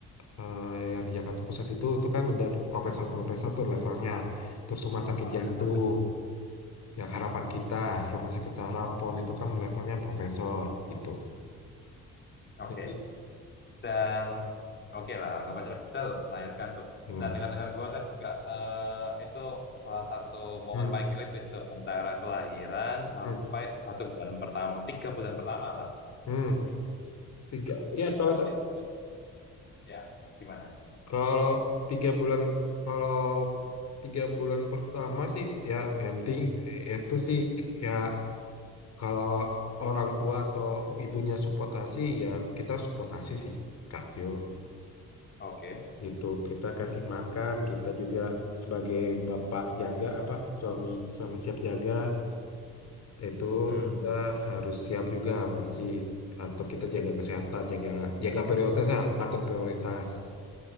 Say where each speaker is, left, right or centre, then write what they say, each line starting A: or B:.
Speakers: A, on the left; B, on the left.
A: eh, yang di Jakarta Pusat itu itu kan udah profesor-profesor tuh levelnya. Terus rumah sakit
B: Ah,
A: jantung
B: kenapa?
A: yang harapan kita, rumah sakit saraf PON itu kan levelnya profesor gitu.
B: Oke.
A: Jadi,
B: dan oke lah anggap aja Fidel melahirkan tuh
A: hmm,
B: nah dengan dengan gue kan juga eh, itu salah satu momen
A: hmm,
B: paling kritis tuh antara kelahiran sampai
A: hmm,
B: satu bulan pertama tiga bulan pertama lah
A: hmm. Tiga. Ya kalau
B: itu ya gimana
A: Kalau tiga bulan kalau tiga bulan pertama sih ya yang penting itu sih ya kalau orang tua atau ibunya supportasi ya kita supportasi sih Kak Jo
B: oke
A: gitu kita kasih makan kita juga sebagai bapak jaga apa suami suami siap jaga itu
B: hmm
A: kita harus siap juga fisik atau kita jaga kesehatan jaga jaga prioritas ya, ngatur prioritas